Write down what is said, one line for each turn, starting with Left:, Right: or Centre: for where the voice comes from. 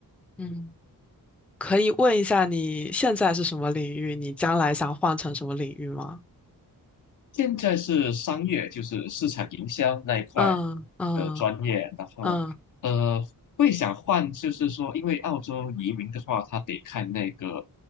Centre: 嗯，可以问一下你现在是什么领域？你将来想换成什么领域吗？
Left: 现在是商业，就是市场营销那一块
Centre: 嗯嗯
Left: 的专业，然后呃，
Centre: 嗯
Left: 会想换，就是说，因为澳洲移民的话，他得看那个